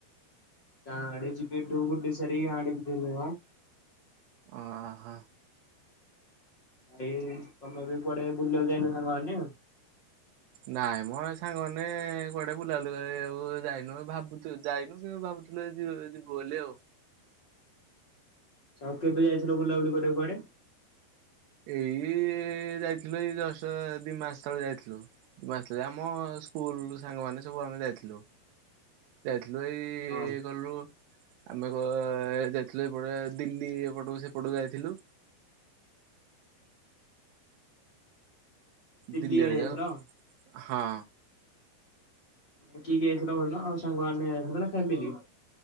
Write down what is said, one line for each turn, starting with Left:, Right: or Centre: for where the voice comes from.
Left: ତା ଏଆଡ଼େ ଛିପେଟୁ ବୁଲି ସରି ଗାଁ ଆଡ଼େ ଯିବୁ ଅ।
Right: ଓହୋ।
Left: ଭାଇ ତମେ ବି କୁଆଡେ ବୁଲିବାକୁ ଯାଇନ ସାଙ୍ଗମାନେ?
Right: ନାଇଁ ମୋ ସାଙ୍ଗମାନେ କୁଆଡେ ବୁଲାବୁଲି କରିବାକୁ ଯାଇନୁ ଭାବୁଛୁ ଯାଇନୁ କି ଭାବୁୁ <unintelligible> ଯିବୁ ବଲେ ଆଉ।
Left: ଆଉ କେବେ ଯାଇଥିଲ ବୁଲାବୁଲି କରିବାକୁୁ କୁଆଡେ?
Right: ଏଇ ଯାଇଥିଲୁ ଏଇ ଜଷ୍ଟ ଦି ମାସ ତଳେ ଯାଇଥିଲୁ। ସ ଥିଲେ ଆମ ସ୍କୁଲ ସାଙ୍ଗମାନେ ସବୁ ଆମେ ଯାଇଥିଲୁ। ଯାଇଥିଲୁ ଏଇ
Left: ହଁ
Right: ଗଲୁ ଆମେ କ ଯାଇଥିଲୁ ଏପଟେ ଦିଲ୍ଲୀ ଏପଟକୁ ସେପଟକୁ ଯାଇଥିଲୁ।
Left: ଦିଲ୍ଲୀ
Right: ଦିଲ୍ଲୀରେ
Left: ଆଡେ ଯାଇଥିଲ?
Right: ହଁ।
Left: କିଏ କିଏ ଯାଇଥିଲ କହିଲ ଆ ସାଙ୍ଗମାନେ ଯାଇଥିଲ ନା ଫାମିଲି?